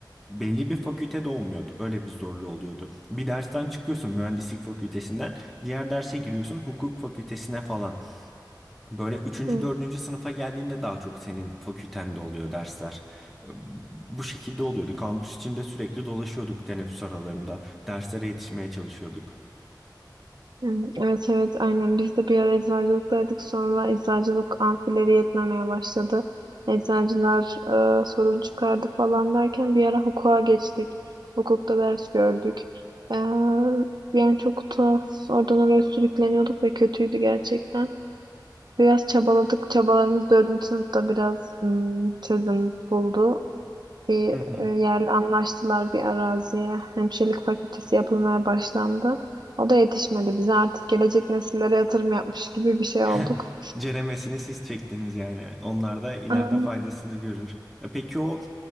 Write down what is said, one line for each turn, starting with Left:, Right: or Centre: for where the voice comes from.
Centre: belli bir fakültede olmuyordu. Öyle bir zorluğu oluyordu. Bir dersten çıkıyorsun mühendislik fakültesinden diğer derse giriyorsun hukuk fakültesine falan. Böyle üçüncü
Right: Hı.
Centre: dördüncü sınıfa geldiğinde daha çok senin fakültende oluyor dersler. Ee, Bu şekilde oluyordu. Kampüs içinde sürekli dolaşıyorduk teneffüs aralarında. Derslere yetişmeye çalışıyorduk.
Right: Hmm, Evet evet aynen biz de bir ara eczacılıktaydık sonra eczacılık amfileri yetmemeye başladı. Eczacılar e, sorun çıkardı falan derken bir ara hukuka geçtik. Hukukta ders gördük. E, yani çok tuhaf oradan oraya sürükleniyorduk ve kötüydü gerçekten. Biraz çabaladık çabalarımız dördüncü sınıfta biraz hmm, çözüm buldu bir
Centre: <laughs>
Right: e, yerle anlaştılar bir araziye. Hemşirelik fakültesi yapılmaya başlandı. O da yetişmedi. Bize artık gelecek nesillere yatırım yapmış gibi bir şey
Centre: <laughs>
Right: olduk.
Centre: Ceremesini siz çektiniz yani. Onlar da ileride
Right: Aa,
Centre: faydasını görür. E, Peki o